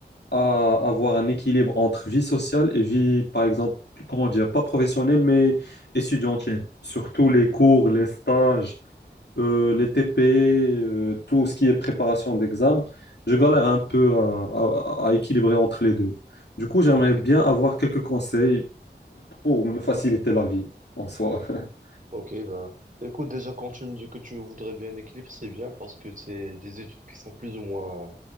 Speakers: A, on the left; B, on the right.
A: à avoir un équilibre entre vie sociale et vie, par exemple, comment dire, pas professionnelle, mais étudiantine. Surtout les cours, les stages, euh, les TP, euh, tout ce qui est préparation d'examen. Je galère
B: Ok,
A: un peu à, à- à équilibrer entre les deux. Du coup, j'aimerais
B: ok,
A: bien avoir quelques conseils pour me faciliter la vie en soi. <laughs>
B: ok. Ben, écoute, déjà, quand tu me dis que tu voudrais bien un équilibre, c'est bien parce que c'est des études qui sont plus ou moins euh,